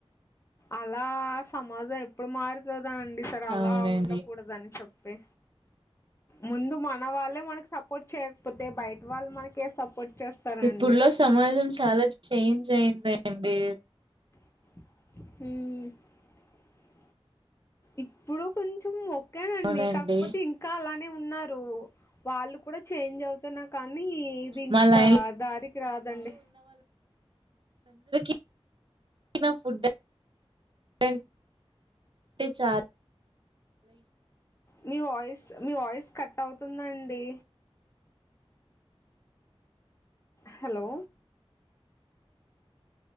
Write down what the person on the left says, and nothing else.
అలా సమాజం ఎప్పుడు మారిపో తుందో అండి సరే
అలా ఉండకూడదని చెప్పి ముందు మన వాళ్ళే మనకి సపోర్ట్ చేయక్పోతే బయట వాళ్ళు మనకె సపోర్ట్ చేస్తారండి
హ్మ్ హు ఇప్పుడు కొంచెం ఒకే
అండి కాక్పోతే ఇంకా అలా ఉన్నారు వాళ్ళు కూడా చేంజ్ అవుతున్నా కానీ దీన్కొక
దారికి రాదండి.
మీ వాయిస్ మీ వాయిస్ కట్ అవుతుందండి. హలో